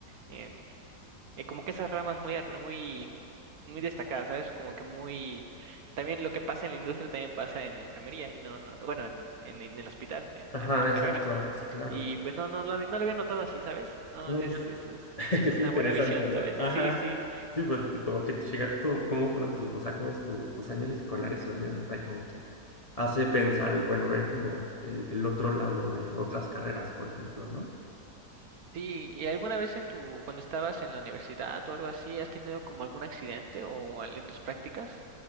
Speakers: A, on the right (about 65°); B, on the left (about 40°).
A: em, eh, como que esas ramas muy, ar- muy, muy destacadas, ¿sabes? Como que muy, también lo que pasa en la industria también pasa en la enfermería y no, no, no, bueno, en, en, en el hospital, en,
B: Ajá,
A: en tu carrera.
B: exacto, sí, claro.
A: Y pues no, no, lo hab- no lo había notado así, ¿sabes? No,
B: No,
A: es,
B: yo,
A: es, es,
B: <laughs>
A: es
B: es
A: una
B: interesante,
A: buena visión,
B: ¿no?
A: ¿sabes?
B: Ajá.
A: Sí, sí.
B: Sí, pues como que llegar tú, cómo fueron tus, o sea, cómo es tu- tus años escolares y los míos, no sé, como que hace pensar y bueno, ver como el, el otro lado de otras carreras, por ejemplo, ¿no?
A: Sí, ¿y alguna vez en tu, cuando estabas en la universidad o algo así, has tenido como algún accidente o al- en tus prácticas?